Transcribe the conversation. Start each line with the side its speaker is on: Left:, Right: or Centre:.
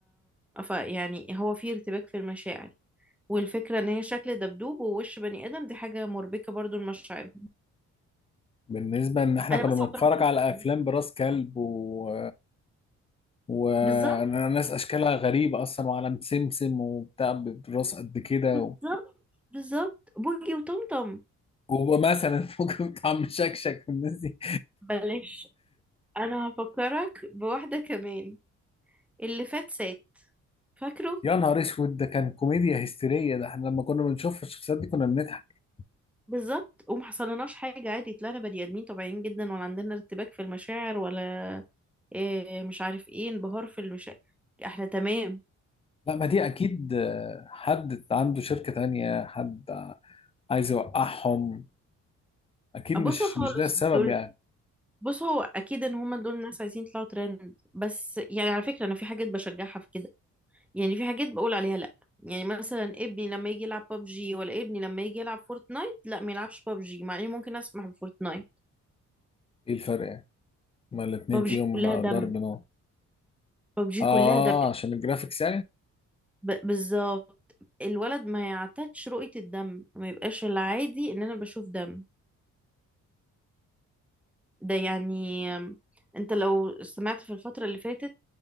Centre: ف يعني هو في ارتباك في المشاعر والفكرة ان هي شكل دبدوب ووش بني ادم دي حاجة مربكة برضو لمشاعرهم
Left: بالنسبة ان احنا
Centre: انا
Left: كنا
Centre: بس
Left: بنتفرج
Centre: اعترضت
Left: على
Centre: جداً.
Left: افلام براس كلب و وناس
Centre: بالظبط
Left: اشكالها غريبه اصلا وعلم سمسم وبتاع براس قد كده
Centre: بالظبط
Left: و...
Centre: بالظبط بوجي وطمطم
Left: ومثلا <laughs> ممكن طعم شكشك في الناس دي
Centre: بلاش انا هفكرك بواحدة كمان اللي فات سات فاكره
Left: <laughs> يا نهار اسود ده كان كوميديا هستيريه ده احنا لما كنا بنشوف الشخصيات دي كنا بنضحك
Centre: بالظبط وما حصلناش حاجة عادي طلعنا بني آدمين طبيعيين جدا ولا عندنا ارتباك في المشاعر ولا إيه مش عارف ايه انبهار في المشاعر احنا تمام
Left: لا ما دي اكيد آه، حد عنده شركه تانية حد عايز يوقعهم اكيد
Centre: بصوا
Left: مش
Centre: خالص
Left: مش ده السبب
Centre: دول
Left: يعني
Centre: بص هو اكيد ان هما دول الناس عايزين يطلعوا ترند بس يعني على فكرة انا في حاجات بشجعها في كده يعني في حاجات بقول عليها لا يعني مثلا ابني لما يجي يلعب ببجي ولا ابني لما يجي يلعب فورتنايت لا ما يلعبش ببجي مع اني ممكن اسمح بفورتنايت
Left: ايه الفرق يعني ما الاتنين
Centre: ببجي
Left: فيهم
Centre: كلها
Left: آه،
Centre: دم
Left: ضرب نار
Centre: ببجي
Left: اه
Centre: كلها دم
Left: عشان الجرافيكس
Centre: ب- بالظبط الولد ما يعتادش رؤية الدم ما يبقاش العادي ان انا بشوف دم ده يعني آم، انت لو سمعت في الفترة اللي فاتت